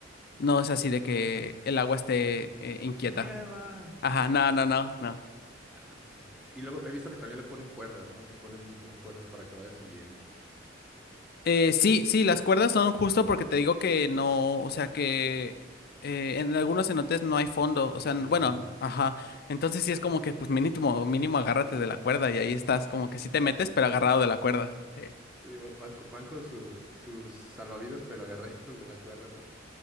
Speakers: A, on the left; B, in the centre.
A: no es así de que el agua esté eh, inquieta.
B: ¡Me lleva!
A: Ajá, no, no, no, no.
B: Ah, ok. Y luego he visto que también le ponen cuerdas, ¿no? Que ponen como cuerdas para que vaya siguiendo.
A: Eh, sí, sí, las cuerdas son justo porque te digo que no, o sea que eh, en algunos cenotes no hay fondo, o sea,
B: No
A: n-
B: hay
A: bueno,
B: fondo.
A: ajá. Entonces sí es como que pues mínimo, mínimo agárrate de la cuerda y ahí estás, como que sí te metes, pero agarrado de la cuerda. Sí.
B: Sí, va- van, co- van con sus, sus salvavidas, pero agarraditos de la cuerda porque